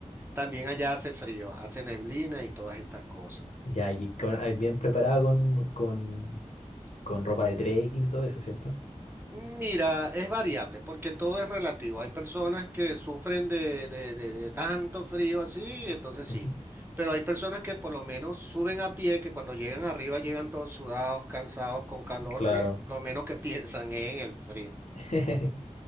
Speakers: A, on the right; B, on the left.
A: También allá hace frío, hace neblina y todas estas cosas.
B: Ya, y con, ahí bien preparado con, con, con ropa de trekking y todo eso, ¿cierto?
A: Mira, es variable porque todo es relativo. Hay personas que sufren de, de- de- de tanto frío así, entonces sí.
B: Ujú.
A: Pero hay personas que por lo menos suben a pie, que cuando llegan arriba llegan todos sudados, cansados, con calor,
B: Claro,
A: que lo menos que <laughs> piensan es en el frío.
B: <laughs>